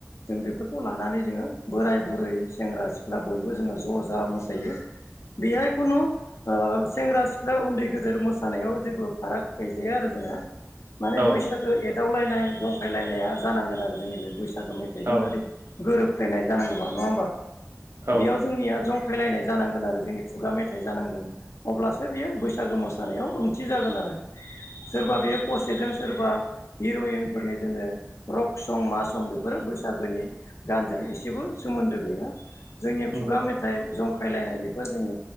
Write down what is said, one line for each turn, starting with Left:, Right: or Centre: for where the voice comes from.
Left: जों बेफोरखौ लानानै जोङो बोराय बुरै सेंग्रा सिख्ला बयबो जोङो ज जा मोसायो। बिहाय कुनु ओ सेंग्रा सिख्ला उन्दै गेदेर मोसानायाव जेबो फाराग गैलिया आरो जोंहा माने
Right: औ
Left: बैसागो एदावलायनाय जंखायलायनाया जानांगोन आरो जोंनि बे बैसागो मेथाइजों
Right: औ
Left: जुदि गोरोबफ्लेनाय जानांगौबा नङा होमबा
Right: औ
Left: बेयाव जोंनिया जं फैलायनाय जानांगोन आरो जोंनि खुगा मेथाइ जानांगोन। अब्लासो बियो बैसागो मोसानायाव ओंथि जागोन आरो सोरबा
Right: औ
Left: बेयो पसेजों सोरबा हिरयिनफोरनि जोङो रक सं मा सं बेफोरो बैसागोनि गानजों एसेबो सोमोन्दो गैया। जोंनि
Right: नंगौ
Left: खुगा
Right: नोंथां
Left: मेथाइ जंखाय--‌ फैलायनाय बेफोर जोंनि